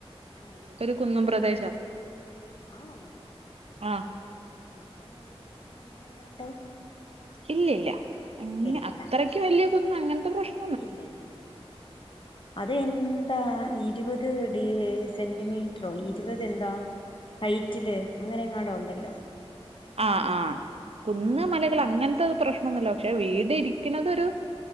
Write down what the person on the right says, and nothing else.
ഒരു കുന്നും പ്രദേശാ
ആഹ്
ഇല്ലല്ല
അത്രയ്ക്ക് വലിയ കുന്ന് അങ്ങനത്തെ പ്രശ്നം
ആഹ് ആഹ് കുന്ന് മലകൾ അങ്ങനത്തെ പ്രശ്നൊന്നുല്ല പക്ഷെ വീട് ഇരിക്കണതൊരു